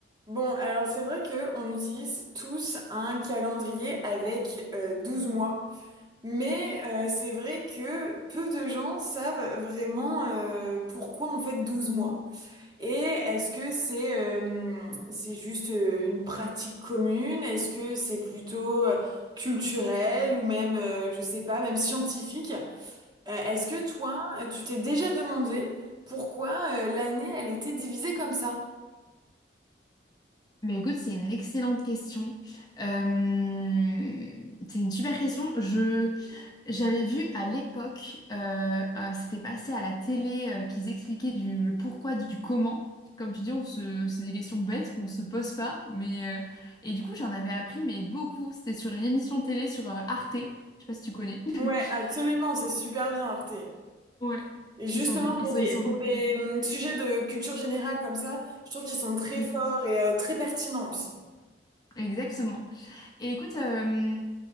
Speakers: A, on the right (about 25°); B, on the left (about 20°).
A: Bon, alors c'est vrai que on utilise tous un calendrier avec euh, 12 mois, mais euh, c'est vrai que peu de gens savent vraiment euh, pourquoi on fait 12 mois. Et est-ce que c'est euh, c'est juste euh, une pratique commune? Est-ce que c'est plutôt euh, culturel ou même, euh, je sais pas, même scientifique? Euh, est-ce que toi, tu t'es déjà demandé pourquoi euh, l'année, elle était divisée comme ça?
B: Mais écoute, c'est une excellente question. Euh, c'est une super question. Je, j'avais vu à l'époque, euh, euh, c'était passé à la télé, euh, qu'ils expliquaient du, le pourquoi du comment. Comme tu dis, on se, c'est des questions bêtes qu'on se pose pas. Mais, euh, et du coup, j'en avais appris, mais beaucoup. C'était sur une émission télé sur euh, Arte. Je sais pas si tu connais.
A: Ouais,
B: <laughs>
A: absolument, c'est super bien, Arte.
B: Ouais,
A: Et justement,
B: ils sont, gé-
A: pour
B: ils sont,
A: des,
B: ils sont
A: pour
B: géniaux.
A: des hum, sujets de culture générale comme ça, je trouve qu'ils sont très
B: Mm,
A: forts et euh, très pertinents aussi.
B: Exactement. Et écoute, euh,